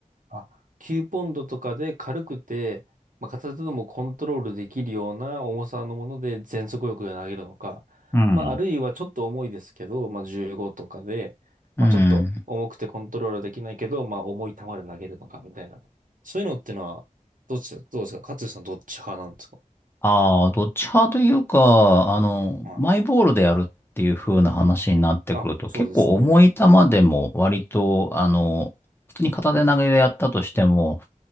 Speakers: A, on the right (about 75°); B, on the left (about 15°).
A: あ、9ポンドとかで軽くて、まあ、片手でもコントロールできるような重さのもので全速力で投げるのか、
B: ん。
A: まあ、あるいはちょっと重いですけど、まあ、15とかで、
B: うん。
A: まあ、ちょっと重くてコントロールできないけど、まあ、重い球で投げるのかみたいな。そういうのってのは、どっちだ、どうですか勝地さんどっち派なんですか
B: ああ、どっち派というか、あの、
A: はい。
B: マイボールでやるっていう風な話になってくると、
A: あ、そうですよね。
B: 結構重い球でも割と、あの、普通に片手投げでやったとしても、